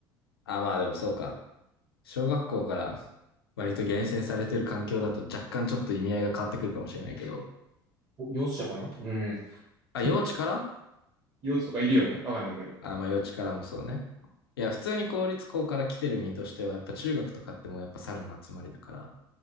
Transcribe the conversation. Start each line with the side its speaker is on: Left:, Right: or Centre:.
Left: あ、まあでもそうか。小学校から割と厳選されてる環境だと若干ちょっと意味合いが変わってくるかもしれないけど、
Right: <laughs> お幼稚者かなうん。
Left: あ、幼稚から
Right: <laughs> 幼稚とかいるよねわかんないけど。
Left: あ、まあ、幼稚からもそうね。いや、
Right: う
Left: 普通に公立校から来てる身としては、やっぱ中学とかってもうやっぱ猿の集まりだから、